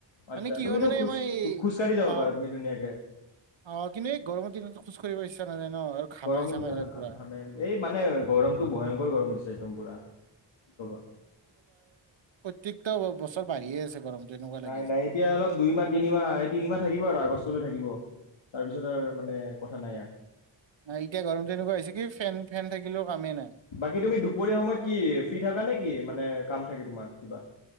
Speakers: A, on the right; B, on the left.
A: মানে
B: আচ্ছা
A: কি
B: তুমিতো
A: হয় মানে
B: খোজ
A: মই এই
B: খোজকাঢ়ি যাব
A: অ
B: পাৰা তুমি ধুনীয়াকে
A: অ কিন্তু এই গৰমৰ দিনত খোজ কাঢ়ি। খোজ কাঢ়িব ইচ্ছা নাযায়। অ আৰু ঘামাই
B: গৰম
A: চামাই যে।
B: ঘামে এই মানে গৰমটো ভয়ংকৰ গৰম দিছে একদম পুৰা কি ক'বা।
A: প্ৰত্যেকটা বছৰ বাঢ়িয়ে আছে। গৰমটো এনেকুৱা লাগি
B: নাই
A: আছে।
B: নাই এতিয়া অলপ দুই মাহ তিনিমাহ এই তিনিমাহ থাকিব আৰু আগষ্টলৈ থাকিব। তাৰ পিছত আৰু মানে কথা নাই। দিয়া।
A: অহ এতিয়া গৰমটো এনেকুৱা হৈছে কি ফেন ফেন থাকিলেও। কামেই নাই।
B: বাকী তুমি দুপৰীয়া সময়ত কি ফ্ৰী থাকা নে কি মানে কাম থাকে তোমাৰ। কিবা।